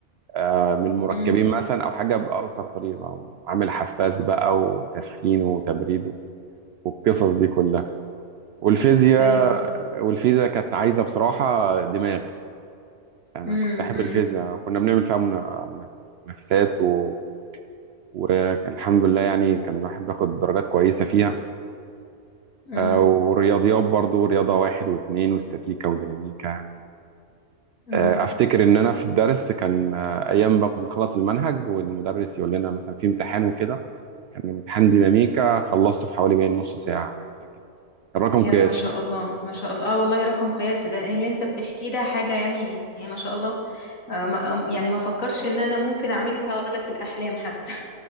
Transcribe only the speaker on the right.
آه، من مركبين
مثلا او حاجه باقصر طريقه عامل حفاز بقى وتسخين وتبريد والقصص دي كلها والفيزياء
والفيزا كانت عايزة بصراحة دماغ أنا
كنت أحب
الفيزا وكنا بنعمل فيها منا- منا- منافسات و... والحمد لله يعني كان الواحد بياخد درجات كويسة فيها
آه، والرياضيات برضو رياضة واحد واثنين واستاتيكا وديناميكا يعني
آه، أفتكر إن أنا في الدرس كان آه، أيام بقى كنا نخلص المنهج والمدرس يقول لنا مثلا في امتحان وكده كان امتحان ديناميكا خلصته في حوالي باين نص ساعة حاجة زي كده كان رقم
قياسي